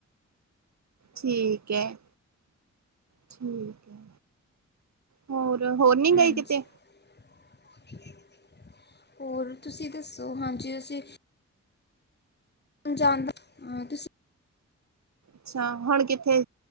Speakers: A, on the right; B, on the left.
A: ਠੀਕ ਹੈ, ਠੀਕ ਹੈ, ਹੋਰ -ਹੋਰ? ਨੀ
B: ਹਾਂਜੀ
A: ਗਏ ਕਿਤੇ
B: ਹੋਰ ਤੁਸੀ ਦੱਸੋ? ਹਾਂਜੀ, ਅਸੀਂ ਜਾਦਾ ਹਾਂ ਤੁਸੀਂ
A: ਅੱਛਾ! ਹੁਣ ਕਿੱਥੇ,